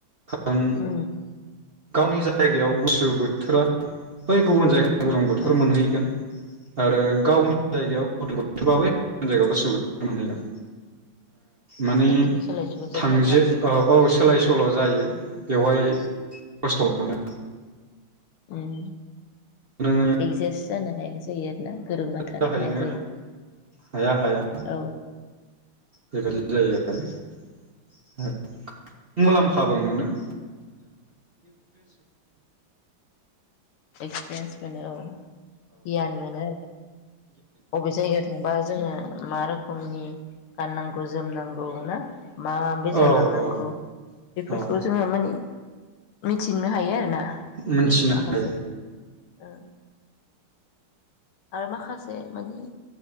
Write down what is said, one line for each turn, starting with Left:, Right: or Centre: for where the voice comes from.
Right: ओं
Left: औ
Right: गावनि जा जायगायाव गुसु बोथोरा बै गुबुन जायगा गरम बोथोर
Left: औ
Right: मोनहैगोन आरो गावनि
Left: औ
Right: जायगायाव गुदुं बोथोरबा बै जायगायाव गुसु बोथोर मोनहैगोन। माने
Left: गोदोनि सोलाय सोल' जायो
Right: थांजो
Left: आरोना
Right: अ औ सोलाय सोल' जायो <inaudible> बेवहाय खस्थ' मोनो
Left: ओम
Right: नोङो
Left: एगजास्ट जानो हाया जायो आरोना गोरोबना थानो
Right: जाहैनो
Left: हाया जायो
Right: हाया हाया
Left: औ
Right: बेबायदि जायो आरो मुलाम्फाबो मोनो। <inaudible> <inaudible>
Left: एक्सपिरेयन्स मोनो औ गियान मोनो बबे जायगायाव थांबा जोङो मा रोखोमनि गाननांगौ जोमनांगौ ना मा मा बेसाद
Right: औ
Left: लांनांगौ
Right: औ
Left: बेफोरखौ
Right: औ
Left: जोङो माने मिथिनो हायो आरो ना
Right: मिथिनो
Left: माखासे
Right: हायो
Left: ओ आरो माखासे माने